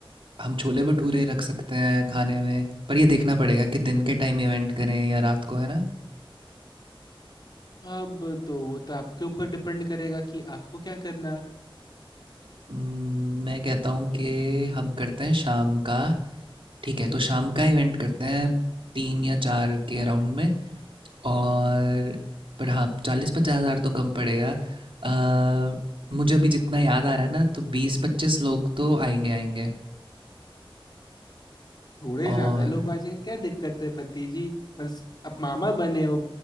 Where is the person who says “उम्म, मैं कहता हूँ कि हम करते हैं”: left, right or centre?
Right